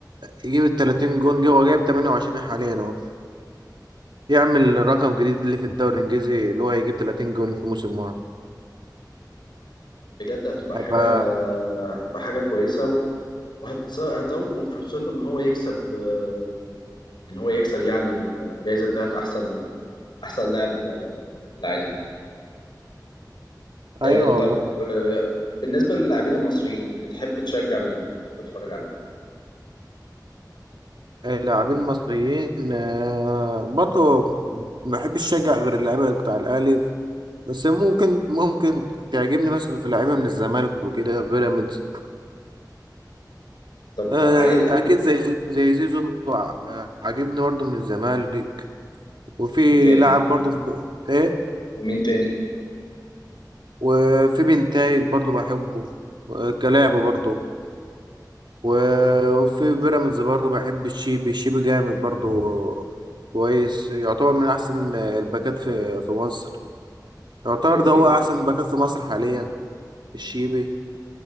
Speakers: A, on the right (about 85°); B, on the left (about 85°).
A: يجيب ال 30 جون جه هو جايب 28 حاليا اهو يعمل رقم جديد اللي في الدوري الانجليزي اللي هو يجيب 30 جون في موسم واحد
B: بجد هتبقى
A: هيبقى
B: حاجه هتبقى حاجه كويسه و- وهتس- هتزود من فرصته ان هو يكسب آه، ان هو يكسب يعني الجائزه بتاعه احسن احسن لاعب آه، في العالم
A: ايوه
B: آه، طب
A: والله
B: آه، بالنسبة للاعبين المصريين بتحب تشجع مين أو بتحب تتفرج على مين؟
A: اللاعبين المصريين آه، برضه ما بحبش اشجع غير اللعيبه بتاع الاهلي بس ممكن ممكن تعجبني مثلا في لعيبه من الزمالك وكده بيراميدز
B: طب
A: آه،
B: عايز
A: اكيد زي زي زي زيزو ع- عاجبني برضه من الزمالك وفي
B: ومين تاني
A: لاعب برضه في ب- ايه
B: ومين تاني
A: وفي بنتايج برضه بحبه آه، كلاعب برضه و- وفي بيراميدز برضه بحب الشيبي الشيبي جامد برضه كويس يعتبر من احسن الباكات في في مصر يعتبر
B: حلو
A: ده
B: جدا
A: هو احسن باكات في مصر حاليا الشيبي